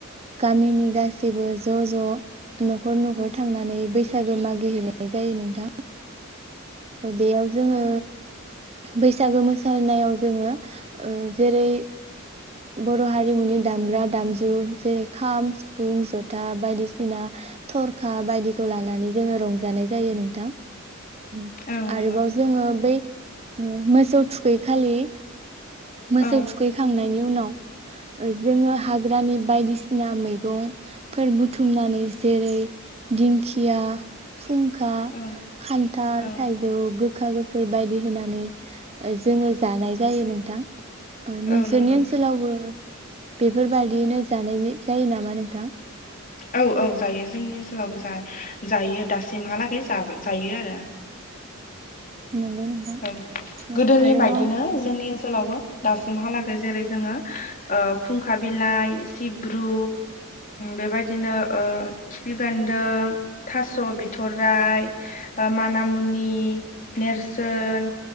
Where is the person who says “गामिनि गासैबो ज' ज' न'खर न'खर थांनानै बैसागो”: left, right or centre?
Right